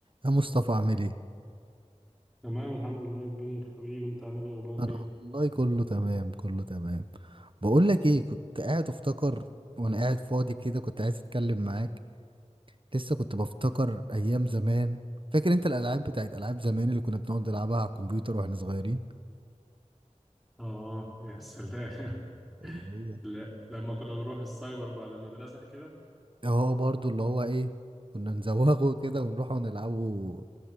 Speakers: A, on the right (about 45°); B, in the centre.
A: يا مصطفى عامل ايه
B: تمام الحمد لله يا كبير حبيبي انت عامل ايه اخبارك
A: انا
B: ايه
A: والله كله تمام كله تمام بقول لك ايه كنت قاعد افتكر وانا قاعد فاضي كده كنت عايز اتكلم معاك لسه كنت بفتكر ايام زمان فاكر انت الالعاب بتاعت العاب زمان اللي كنا بنقعد نلعبها على الكمبيوتر واحنا صغيرين
B: آه يا سلام <laughs>
A: اللي هي
B: لا لما كنا بنروح السايبر بعد المدرسة كده
A: اه برضو اللي هو ايه كنا نزوغه كده ونروح ونلعبه